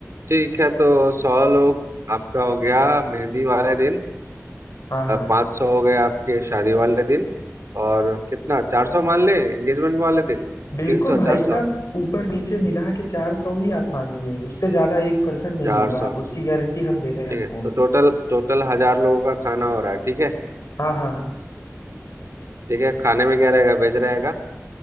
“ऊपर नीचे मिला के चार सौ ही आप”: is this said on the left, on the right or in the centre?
Left